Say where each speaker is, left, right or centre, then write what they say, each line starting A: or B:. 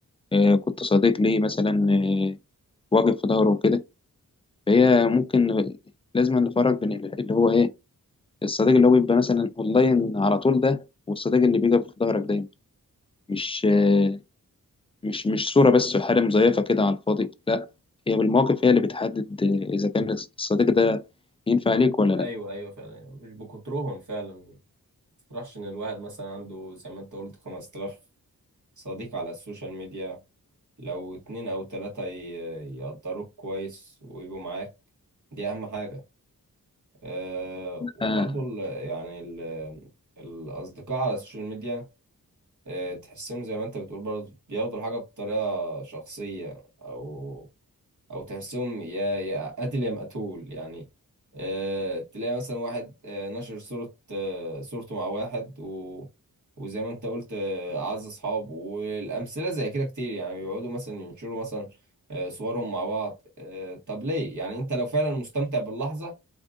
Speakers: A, on the left; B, on the right.
A: آه، كنت صديق ليه مثلا آه، واقف في ظهره وكده فهي ممكن لازم نفرق بين ال- اللي هو ايه الصديق اللي هو بيبقى مثلا اونلاين على طول ده والصديق اللي بيقف في ظهرك دايما مش آه، مش مش صورة بس وحاله مزيفة كده على الفاضي لا هي بالمواقف هي اللي بتحدد آه، اذا كان الصديق ده ينفع ليك ولا لا
B: ايوه ايوه فعلا يعني مش بكترهم فعلا ما تفرحش ان الواحد مثلا عنده زي ما انت قلت 5000 صديق على السوشيال ميديا لو اتنين او تلاتة ي- يقدروك كويس ويبقوا معاك دي اهم حاجة أه وبرضو
A: آه
B: ال يعني ال الأصدقاء على السوشيال ميديا آه، تحسهم زي ما انت بتقول برضه بياخدوا الحاجة بطريقة شخصية او او تحسهم يا يا قاتل يا مقتول يعني آه، تلاقي مثلا واحد آه، نشر صورة آه، صورته مع واحد و وزي ما انت قلت آه، اعز اصحاب والامثله زي كده كتير يعني بيقعدوا مثلا ينشروا مثلا آه، صورهم مع بعض آه، طب ليه يعني انت لو فعلا مستمتع باللحظه